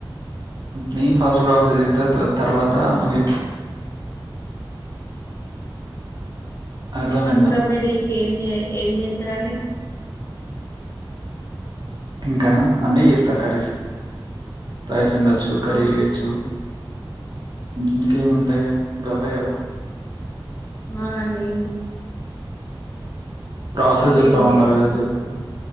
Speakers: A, on the right (about 55°); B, on the left (about 30°).
A: నేను ఫాస్ట్ ఫాస్ట్ గా చెప్పా తర్వాత నువ్వు చెప్పు అర్థమైందా
B: ఇంకా మీరు ఇంకేం చే ఏం చేస్తారండి
A: ఇంకనా అన్నీ చేస్తా కర్రీస్ రైస్ ఉండొచ్చు కర్రీ
B: ఆ
A: చేయచ్చు ఇంకేముంటాయి ఇంక గవ్వే కదా
B: అవునండి
A: ప్రోస
B: స్వీట్లు
A: చెప్పామన్నా
B: ఏం చేయరండి
A: కదా చెప్పు